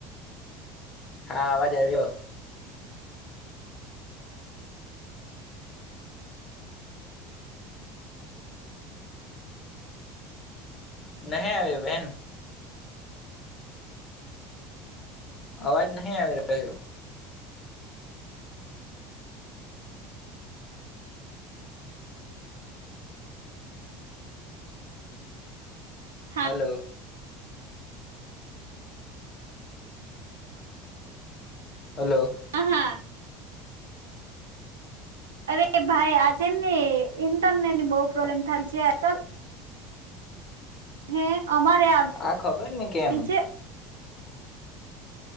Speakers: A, on the left; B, on the right.
A: હા અવાજ આવ્યો. નહીં આવ્યો બહેન. અવાજ નહી આવી રહ્યો.
B: હા
A: હલો. હલો.
B: હા, હા. અરે ભાઈ આજે ને ઇન્ટરનેટની બહું પ્રોબ્લેમ થાય છે આજ કલ. હ. અમારે આવતી
A: આ ખબર ને કેમ
B: છે.